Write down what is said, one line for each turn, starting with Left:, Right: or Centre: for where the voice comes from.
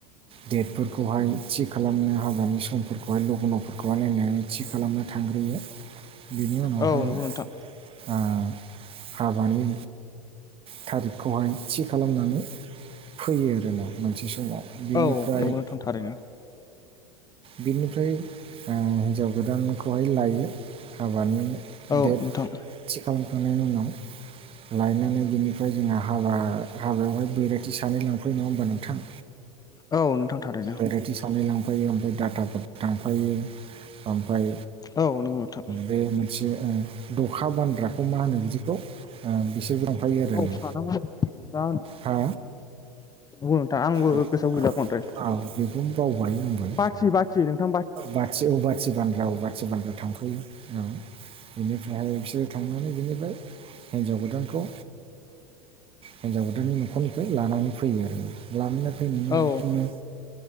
Right: डेटफोरखौहाय थि खालामनो हाबानि समफोरखौहाय लघन'फोरखौहाय नायनानै थि खालामनो थांग्रोयो। बेनि
Left: औ
Right: उनावहाय
Left: नंगौ नोंथां
Right: ओ हाबानि थारिख खौहाय थि खालामनानै फैयो आरोना मोनसे समाव बेनिफ्राय
Left: औ नंगौ नोंथां थारैनो
Right: बिनिफ्राय ओ हिन्जाव गोदानखौहाय लायो हाबानि
Left: औ
Right: डेट
Left: नोंथां
Right: थि खालामखांनायनि उनाव लायनानै बेनिफ्राय जोंहा हाबा हाबायावहाय बैरथि सानै लांफैयो नङा होमबा नोंथां
Left: औ नोंथां थारैनो
Right: भेरेथि सानै लांफायो ओमफ्राय डाटाफोर लांफायो ओमफफ्राय
Left: औ नंगौ नोंथां
Right: बे मोनसे द अखा बानद्राखौ मा होनो बिदिखौ ओ बिसोरबो लांफायो आरो
Left: बावखानांबाय दा
Right: हा
Left: नंगौ नोंथां आंबो
Right: औ
Left: गोसोआव गैला बांद्राय
Right: औ बेखौनो बावबाय आंबो
Left: बाथि बाथि नोंथां
Right: बाथि औ बाथि बानग्रा औ बाथि बानग्रा थांफायो औ बेनि बेहाय बिसोरो थांनानै बिनिफ्राय हिन्जाव गोदानखौ हिन्जाव गोोदाननि न'खरनिफ्राय लानानै फैयो आरो ला फैनानै
Left: औ
Right: बिदिनो